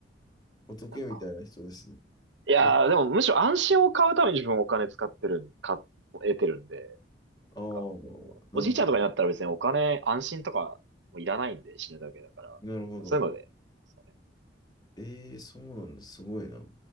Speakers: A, on the left; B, on the right.
A: 仏みたいな人ですね。
B: なんか。いやー、
A: 僕
B: でもむしろ安心を買うために自分お金使ってるん、か、得てるんで。
A: ああ、
B: か、おじいちゃんとかになったら別にお金、
A: なるほど。
B: 安心とかもいらないんで、死ぬだけだから、
A: なるほど。
B: そういうので、なんですかね。
A: ええそうなんだ。すごいな。